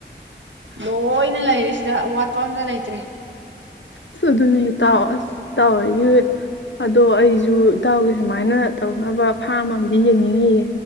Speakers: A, on the right; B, on the left.
A: ꯂꯣꯏꯅ ꯂꯩꯔꯦ ꯁꯤꯗ ꯑꯋꯥꯠ ꯄꯪ ꯒ ꯂꯩꯇ꯭ꯔꯦ
B: ꯑꯁ ꯑꯗꯨꯅꯦ ꯏꯇꯥꯎ ꯑꯁ ꯏꯇꯥꯎ ꯍꯣꯏꯒꯤ ꯑꯗꯣ ꯑꯩꯁꯨ ꯏꯇꯥꯎꯒꯤ ꯁꯨꯃꯥꯏꯅ ꯇꯧꯅꯕ ꯐꯥꯝ ꯑꯝꯗꯤ ꯌꯦꯡꯅꯤꯡꯉꯤꯌꯦ